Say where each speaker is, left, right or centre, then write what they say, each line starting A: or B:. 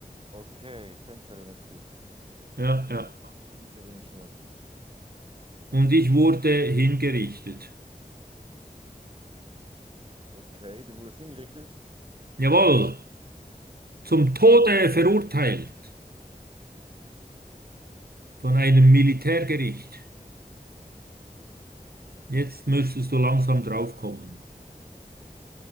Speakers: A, on the right; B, on the right.
A: Okay, Tänzerin ist gut.
B: Ja, ja.
A: Tänzerin ist schon mal gut.
B: Und ich wurde hingerichtet.
A: Okay, du wurdest hingerichtet.
B: Jawohl,
A: Okay.
B: zum Tode verurteilt von einem Militärgericht. Jetzt müsstest du langsam draufkommen.